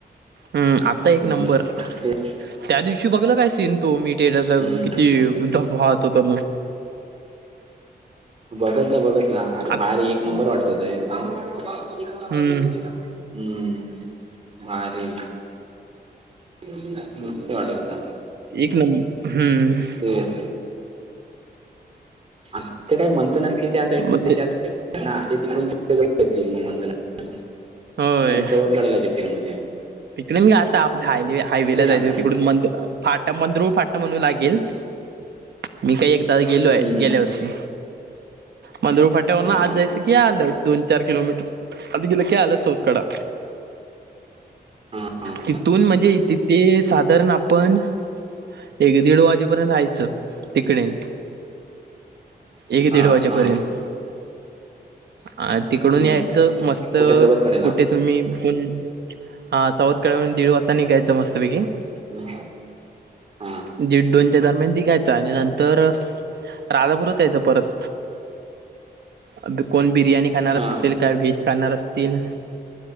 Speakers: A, on the right; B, on the right.
A: हम्म आता
B: हम्म
A: एक नंबर.
B: तेच
A: त्या दिवशी बघला काय सीन तो मी टेराला
B: हम्म
A: किती वीदा पाहत होते मी.
B: बघतला बघतला अरे
A: आ
B: भारी एक नंबर वाटत होता. आणि
A: हम्म
B: <unintelligible> हम्म भारी मस्त वाटत होता. <unintelligible>
A: एक नंब हम्म.
B: तेच आ ते काय म्हणता ना की त्या साईड
A: मग
B: त्या
A: ते
B: नाय ते तिकडून <unintelligible> म्हणताना
A: होय
B: डायरेक्ट चवत काढायला घे ते मध्ये
A: तिकडे मी आता आपल्या हायवे हायवे ला जायचं
B: आपण
A: तिकडून मंदरु फाटा मंदरू फाटा म्हणू लागेल. मी काय एकदा गेलो आहे
B: हम्म,
A: गेल्या वर्षी. मंदुर फाट्यावर
B: हम्म. हा
A: न आत जायचं की आलं दोन चार किलोमीटर आध गेलं की आलं सौथकडा.
B: हा
A: तिथून म्हणजे तिथे साधारण आपण एक दीड वाजे पर्यंत राहायचं तिकडे. एक
B: हा
A: दीड वाजेपर्यंत
B: हा.
A: अ तिकडून
B: हम्म
A: यायचं मस्त
B: कुठे सोबत कडेला.
A: कुठे तुम्ही कोण हा साऊथकड्या वरून दीड वाजता नीघ्यायचं मस्तपैकी.
B: हम्म. हा
A: दीड दोनच्या दरम्यान दिघायच आणि नंतर राधापुरात यायचं परत. अ बीप. कोण बिर्याणी खाणार
B: हा
A: असतील, काही व्हेज खाणार असतील.